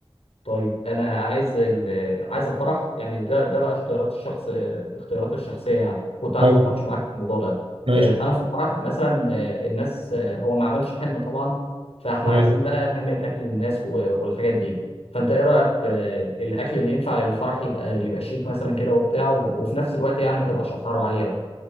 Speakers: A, on the left (about 75°); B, on the right (about 65°).
A: طيب انا عايز ال... عايز الفرح يعني ده ده بقى اختيارات الشخص اختيارات الشخصيه يعني كنت عايز
B: أه،
A: اتناقش معاك في الموضوع ده
B: ماشي
A: آه، انا في الفرح مثلا آه، الناس آه، هو ما عملش حنه طبعا فاحنا
B: تمام
A: عايزين بقى نعمل اكل للناس و- والحاجات دي فانت ايه رايك آه، الاكل اللي ينفع للفرح يبقى يبقى شيك مثلا كده وبتاع وفي نفس الوقت يعني ما تبقاش اسعاره عاليه